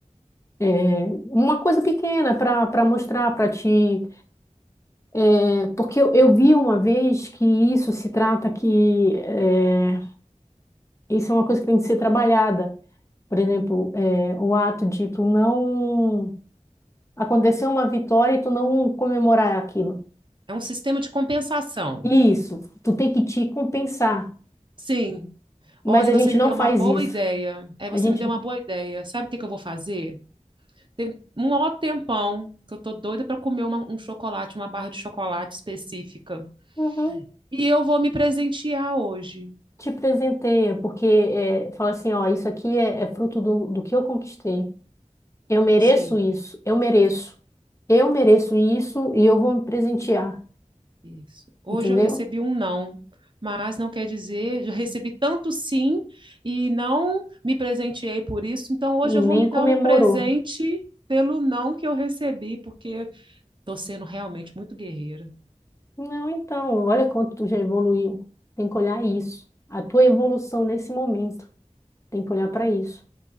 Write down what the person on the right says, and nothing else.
É um sistema de compensação.
Sim.
Olha,
você
me
deu
uma boa
ideia. É, você
me deu uma boa ideia. Sabe o que que eu vou fazer? Tem um ó tempão que eu tô doida para comer uma- um chocolate, uma barra de chocolate específica.
E eu vou me presentear hoje.
Sim.
Isso. Hoje
eu recebi um não, mas não quer dizer, eu recebi tanto sim e não me presenteei por isso, então hoje
eu vou me dar
um presente pelo não que eu recebi, porque estou sendo realmente muito guerreira.